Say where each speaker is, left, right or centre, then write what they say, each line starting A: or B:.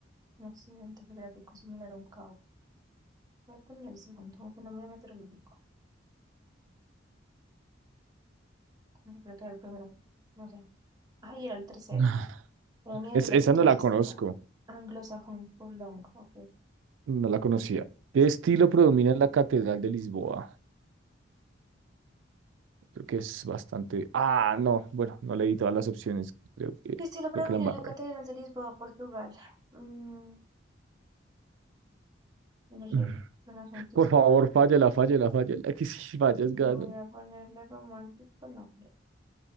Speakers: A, on the right (about 20°); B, on the right (about 80°).
A: un accidente geográfico similar a un cabo. Voy a poner el segundo, un fenómeno meteorológico. Bueno, creo que era el primero. No sé. Ay, era el tercero.
B: <sighs>
A: La unidad
B: Es-
A: del
B: esa
A: ojito
B: no
A: del
B: la
A: sistema
B: conozco,
A: anglosajón Furlong. Ok.
B: no la conocía. ¿Qué estilo predomina en la Catedral de Lisboa? Creo que es bastante. Ah, no, bueno, no leí todas las opciones. Creo que,
A: Y estilo predomina
B: creo que la embarré.
A: en la Catedral de Lisboa, Portugal? Mm,
B: <sighs>
A: no
B: <laughs>
A: sé. Renacentista.
B: Por favor, fállala, fállala, fállala. <laughs> Que si fallas, gano.
A: Voy a ponerle romántico. No creo.